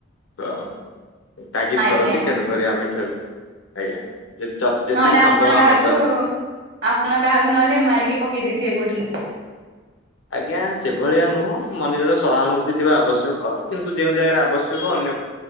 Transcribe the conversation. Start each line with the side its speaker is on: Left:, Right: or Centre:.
Left: ହ ତାଗିଦ
Right: ଆଜ୍ଞା
Left: କରନ୍ତି।
Right: ଆଜ୍ଞା
Left: ତେଣୁକରି ଆମେ ଏଠାରୁ ଆଜ୍ଞା। ଯେତିକି
Right: ନହେଲେ ଆପଣ
Left: ସମ୍ଭବ
Right: କାହାକୁ
Left: ଆମ ଦ୍ଵାରା
Right: ଆପଣ କାହାକୁ ନହେଲେ ମାରିକି ପକେଇ ଦେଇଥିବେ କୋଉଠି।
Left: ଆଜ୍ଞା ସେଭଳିଆ ନୁହଁ ମମଣିଷର ସହାନୁଭୂତି ଥିବା ଆବଶ୍ୟକ। କିନ୍ତୁ ଯଉଁ ଜାଗାରେ ଆବଶ୍ୟକ